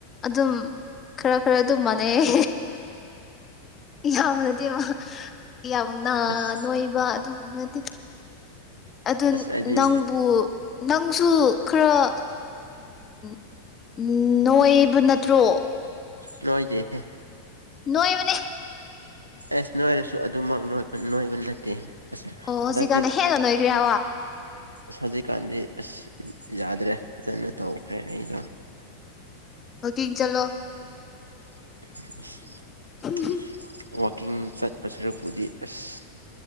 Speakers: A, on the left; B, on the right.
A: ꯑꯗꯨꯝ ꯈꯔ ꯈꯔ ꯑꯗꯨꯝ ꯃꯥꯟꯅꯩꯌꯦ ꯌꯥꯝ ꯅꯠꯇꯦꯕ ꯌꯥꯝꯅ
B: ꯑꯁ
A: ꯅꯣꯏꯕ ꯑꯗꯨꯒꯨꯝꯕ ꯅꯠꯇꯦ ꯑꯗꯨ
B: ꯑꯁ ꯑꯩꯗꯤ
A: ꯅꯪꯕꯨ ꯅꯪꯁꯨ ꯈꯔ ꯎꯝ ꯎꯝ ꯅꯣꯏꯕ ꯅꯠꯇ꯭ꯔꯣ
B: ꯅꯣꯏꯗꯦꯍꯦ
A: ꯅꯣꯏꯕꯅꯦ
B: ꯑꯁ ꯅꯣꯏꯔꯁꯨ ꯑꯗꯨꯃꯛ ꯅꯣꯏꯕ ꯅꯣꯢꯕ ꯅꯠꯇꯦ ꯑꯁ
A: ꯑꯣ
B: ꯍꯟꯗꯛꯇꯤ
A: ꯍꯧꯖꯤꯛꯀꯥꯟꯅ ꯍꯦꯟꯅ ꯅꯣꯏꯈ꯭ꯔꯦ ꯍꯥꯢꯕ
B: ꯍꯧꯖꯤꯛꯀꯥꯟꯗꯤ ꯑꯁ ꯌꯥꯗ꯭ꯔꯦ ꯐꯖꯅ ꯇꯧꯈ꯭ꯔꯦ ꯑꯩꯗꯣ
A: ꯋꯥꯀꯤꯡ ꯆꯠꯂꯣ
B: <inaudible>
A: ꯎꯝ
B: ꯋꯥꯛꯀꯤꯡ ꯆꯠꯄ ꯁꯔꯨꯛꯄꯨꯗꯤ ꯑꯁ